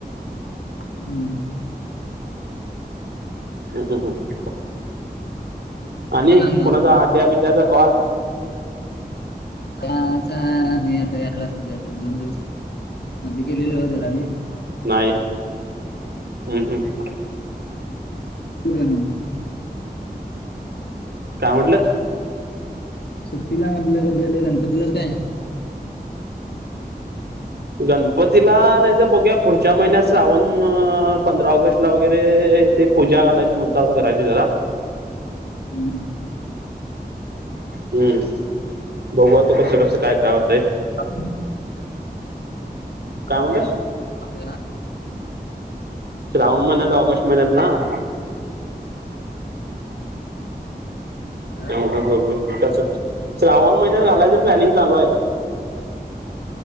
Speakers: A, on the left; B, on the right.
A: हम्म
B: हम हम हं आणि
A: येणार मग
B: कोुणाचा अद्यापद्याचा कॉल
A: हा हे आता याला सध्या दोन दिवस मध्ये केलेले हो झाल आम्ही
B: नाही हम् हम्म
A: होे ना
B: काय म्हटलं
A: सुट्टीला मण तला कधी गणपतीला काय
B: गणपतीला नाही तर बघ्या पुढच्या महिन्यात श्रावण पंधरा ऑगस्ट ला वगैरे ते पूजा घालायच म्हणतहत घराची जरा
A: हम्
B: हम्म बघूता कसं कसं काय काय होतय
A: हां
B: काय म्हणतेस
A: सांगते का?
B: श्रावण महिन्यात ऑगस्ट महिन्यात ना
A: हा.
B: त्यामु बघू तसं <unintelligible> श्रावण महिन्यात घालायचं प्लॅनिंग चालू आहे.